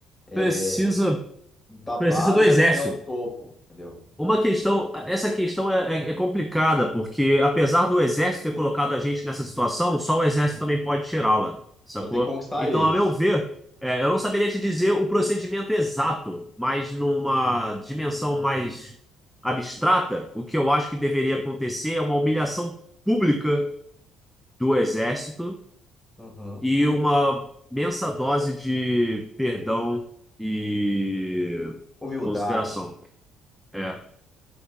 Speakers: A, on the left (about 20°); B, in the centre.
A: é,
B: Precisa,
A: da
B: precisa
A: base
B: do Exército.
A: até o topo, entendeu?
B: Uma questão, essa questão é, é- é complicada, porque apesar do exército ter colocado a gente nessa situação, só o exército também pode tirá-la, sacou?
A: Então tem que conquistar
B: Então,
A: eles.
B: a meu ver, é, eu não saberia te dizer o procedimento exato, mas numa dimensão mais abstrata, o que eu acho que deveria acontecer é uma humilhação pública do exército
A: Uhum.
B: e uma imensa dose de perdão e
A: Humildade.
B: consideração. É,